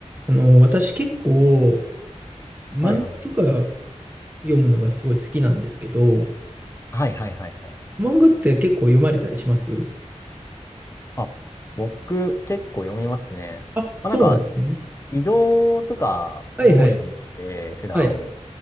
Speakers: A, on the right; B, on the left.
A: あの、私結構漫画とか
B: はいはい。
A: 読むのがすごい好きなんですけど、
B: はいはいはいはい。
A: 漫画って結構読まれたりします
B: あ、僕結構読みますね。
A: あ、
B: まあ、
A: そうなんですね。
B: なんか移動とか多いんで、
A: はいはい。
B: 普段。
A: はい。